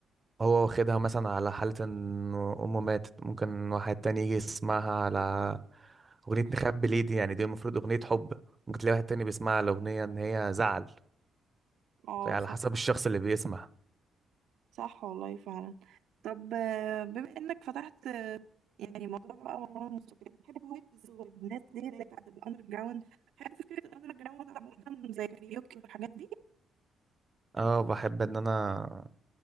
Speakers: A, on the right (about 25°); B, on the right (about 75°).
A: هو واخدها مثلا على حالة ان امه ماتت ممكن واحد تاني يجي يسمعها على اغنية نخبي ليه دي يعني دي المفروض اغنية حب ممكن تلاقي واحد تاني بيسمعها على اغنية ان هي زعل
B: <laughs> اه
A: فعلى
B: صح
A: حسب الشخص اللي بيسمع
B: صح والله فعلا طب آه، بما انك فتحت آه، يعني موضوع بقى مروان موسيقى بتحب ويجز والناس دي اللي هي بتاعت الاندر جراوند بتحب فكرة الاندر جراوند عامة زي كاريوكي والحاجات دي
A: اه بحب ان انا